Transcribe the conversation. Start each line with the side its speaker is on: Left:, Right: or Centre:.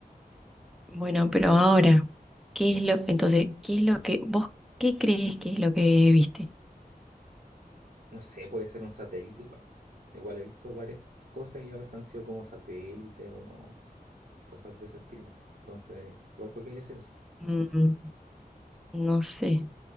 Centre: bueno, pero ahora, ¿qué
Right: Mm.
Centre: es lo, entonces, qué es lo que vos, qué crees que es lo que viste?
Right: No sé, puede ser un satélite igual. pu. Igual he visto varias cosas y a veces han sido como satélites o cosas de ese estilo. Entonces, igual puede que haya sido eso.
Centre: Mm, no sé.